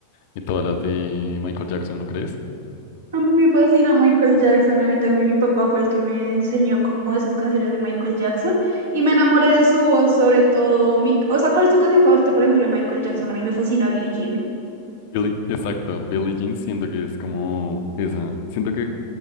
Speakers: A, on the left; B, on the right.
A: en todas las de Michael Jackson, ¿no crees?
B: A mí me fascina Michael Jackson, a mí también mi papá fue el que me enseñó como esas canciones de Michael Jackson y me enamoré de su voz, sobre todo mi... O sea, ¿cuál es tu canción favorita, por ejemplo, de Michael Jackson? A mí me fascina Billie Jean.
A: Billie- exacto, Billie Jean siento que es como esa. Siento que